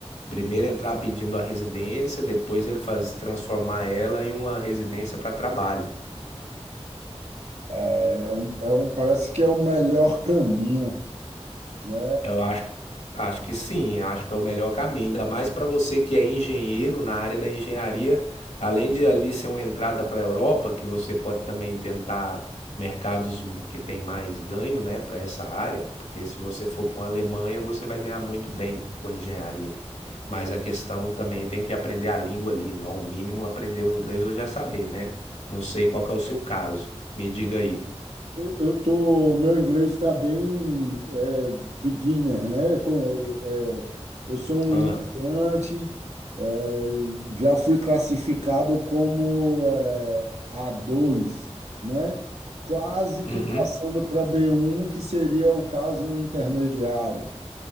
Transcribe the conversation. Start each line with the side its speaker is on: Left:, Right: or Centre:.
Left: primeiro entrar pedindo a residência, depois ele faz transformar ela em uma residência para trabalho.
Right: É é um, é um- parece que é o melhor caminho, né?
Left: Eu acho, acho que sim, acho que é o melhor caminho, ainda mais para você que é engenheiro na área da engenharia, além de ali ser uma entrada para a Europa, que você pode também tentar mercados que tem mais ganho, né, para essa área, porque se você for para uma Alemanha, você vai ganhar muito bem com engenharia. Mas a questão também tem que aprender a língua ali, né? Ao mínimo aprender o inglês ou já saber, né? Não sei qual que é o seu caso. Me diga aí.
Right: Eu tô, meu inglês está bem é, beginner, né? Com- é, eu sou um
Left: Ah,
Right: iniciante, é, já fui classificado como é, a dois né? Quase que
Left: uhum,
Right: passando para b um que seria o caso intermediário.